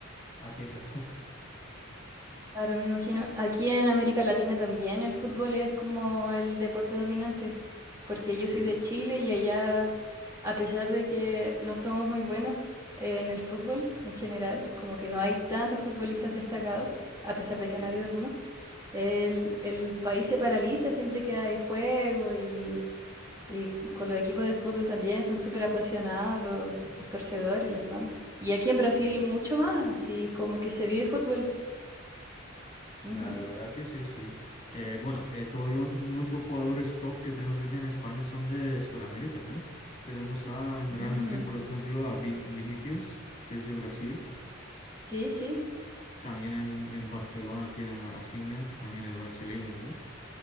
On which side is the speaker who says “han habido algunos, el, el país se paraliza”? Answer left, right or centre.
Right